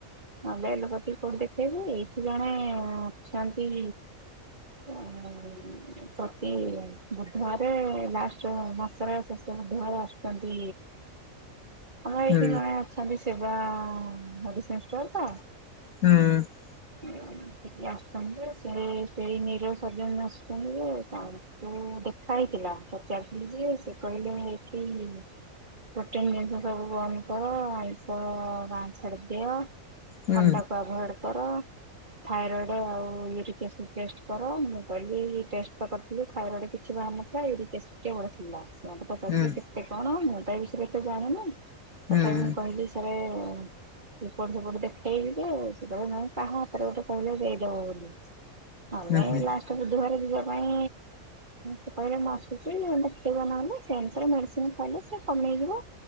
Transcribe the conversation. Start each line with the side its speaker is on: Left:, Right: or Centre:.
Right: ନହେଲେ ଲୋକ ଟିକେ କୋଉଠି ଦେଖେଇବି। ଏଇଠି ଜଣେ ଅଛନ୍ତି। କଣ ପ୍ରତି ବୁଧବାରେ। ଲାଷ୍ଟ ମାସର ଶେଷ ବୁଧବାରେ ଆସୁଛନ୍ତି। ଆମର
Left: ହୁଁ
Right: ଏଇଠି ଜଣେ ଅଛନ୍ତି ଶିବାଆ ମେଡିସିନ୍ ଷ୍ଟୋର ତ।
Left: ହୁଁ
Right: ଏଠିକି ଆସିଛନ୍ତି ଯେ। ସେଇ ନିର ସର୍ଜନ ଆସ କହିଲେ ତାଙ୍କୁ ଦେଖା ହେଇଥିଲା ପଚାରଥିଲି ଯେ ସେ କହିଲେ ହେଇଠି ପ୍ରୋଟିନ ଜିନିଷ ସବୁ ବନ୍ଦ କର ଆଇଷ ବା ଛାଡି ଦିଅ
Left: ହୁଁ
Right: ଥଣ୍ଡା କ ଆଭଏଡ କର ଥାଇରଏଡ ଆଉ ୟିକଟେଷ୍ଟ ଫେଷ୍ଟ କର ମୁ କିନ୍ତୁ ଏ ଯୋଉ ଟେଷ୍ଟ ଟା କରିଥିଲି ଥାଇରଡ କିଛି ବା ନଥିଲା ଏରିଟେଷ୍ଟ ଥିଲା ସେମାନେ ପଚଥିଲେ
Left: ହୁଁ ହୁଁ
Right: ମତେ କଣ ମୁଁ ତା ବିଷୟରେଏତେ ଜାଣିନି ତଥାପି
Left: ହୁଁ
Right: ମୁଁ କହିଲି ସାର୍ ଏପଟ ସେପଟ ଦେଖେଇଲି ଆଉ ସେତବେଳେ ମୁଁ କାହା ହାତରେ ଗୋଟେ କହିଲେ ଦେଇଦବ ବୋଲି ଆମେ
Left: ହୁଁ
Right: ଏ
Left: ହୁଁ ହୁଁ
Right: ଲା ତ ବୁଧବାର ଯିବା ପାଇଁ ସେ କହିଲେ ମୁଁ ଆସୁଛି ଦେ ପେଇବ ନହେଲେ କ୍ୟନ୍ସର ମେଡ଼ିସିନ୍ କହିଲେ ସେ କମେଇଯିବ